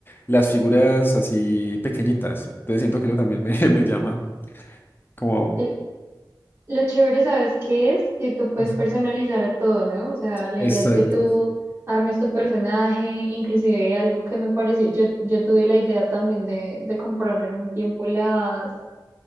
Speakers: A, on the left (about 25°); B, on the right (about 30°).
A: las figuras así pequeñitas. Entonces siento que eso también me, <laughs> me llama. Como,
B: el- lo chévere, ¿sabes qué es? Que tú
A: <laughs>
B: puedes
A: Ujú.
B: personalizar a todo, ¿no? O sea, la
A: exacto.
B: idea es que tú armes tu personaje, inclusive algo que me pareció, yo, yo tuve la idea también de, de comprar en un tiempo las,